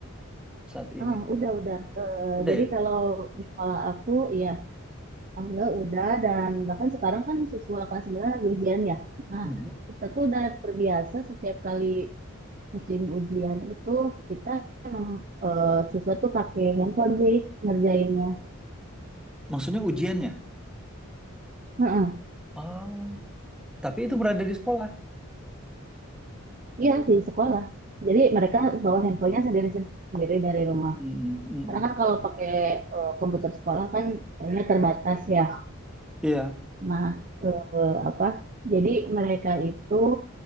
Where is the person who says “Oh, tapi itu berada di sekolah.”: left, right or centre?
Centre